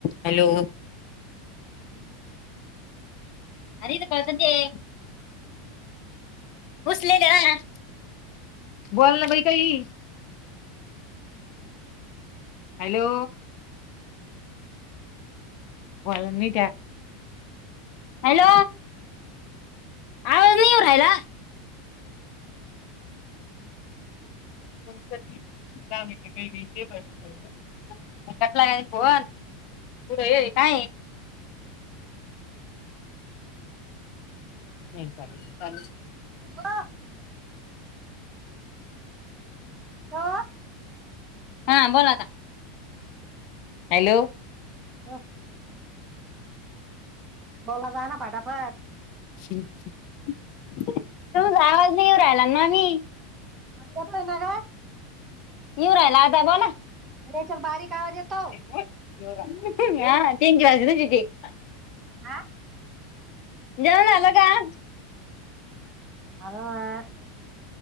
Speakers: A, on the left; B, on the right.
A: Hello. अरत काळ संजय <unintelligible> उसलेल ना बोल ना बाई काही? हॅलो बोलत नाही त्या हॅलो आवाज नाहीऊ राहिला? का म्हणे काही विे पण <unintelligible> कसला का फोन पुढे हे कायट? नाही चालेल चाले.
B: हॅलो! हॅलो
A: हा बोलातारा हॅलो
B: वा बोला जा ना फटाफट.
A: तुमचा आवाज नाही येऊ राहिला मामी.
B: येतो ना ग?
A: इवराय ना आता बोला
B: ब सर बारीक आवाज येतो
A: त क राजज
B: हा
A: जेवण झालं काय?
B: मझ